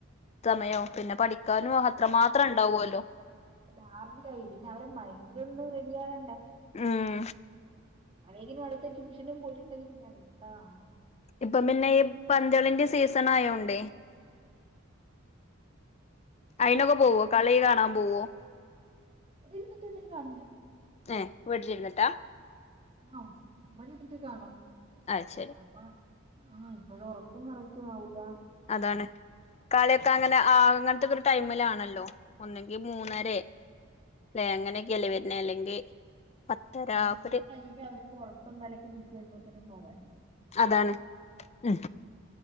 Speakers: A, on the left (about 30°); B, on the right (about 30°).
A: സമയോ പിന്നെ പഠിക്കാനും അത്ര മാത്രം ഉണ്ടാവല്ലോ?
B: രാവിലെആയി പിന്നെ അവരെ മൈൻറ ഒന്നും റെഡി ആകണ്ടേ
A: ഉം
B: അേക്കിനും അടുത്ത ട്യൂഷനും പോയിട്ടുണ്ടെങ്കി പിന്നെ എന്താണ്
A: ഇപ്പൊ പിന്നെ ഈ പന്തളിന്റെ സീസൺ ആയോണ്ടേ
B: <inaudible>
A: അയിനൊക്കെ പോവോ കളി കാണാൻ പോവോ
B: ഇ മറ്റ എന്തെും കാണുന്ന
A: ഏ വീട്ടിൽഇരുന്നിട്ടാ.
B: ആഹ് വഴിത്തിട്ട കാണും
A: അത് ശരി
B: അപ്പൊ ആഹ് ഇപ്പോഴറക്കും കറക് റ്റാ വൂല്ല.
A: അതാണ് കളിയൊക്കെ അങ്ങനെ അങ്ങനതെഒകെ ഒരു ടൈമിലാണല്ലോ. ഒന്നങ്കി മൂന്നരെ ലേ അങ്ങനെക്കെലേ വരുന്ന അല്ലെങ്കി പത്തര
B: അന്നനെ
A: ഒക്കെ ഒരു
B: കഴിഞ്ഞിട്ട് അവർക്ക് ഉറക്കംതലയ്ക്കു പിടികുപോത്തിനും പോവാനുമായി.
A: അതാണ് ഉ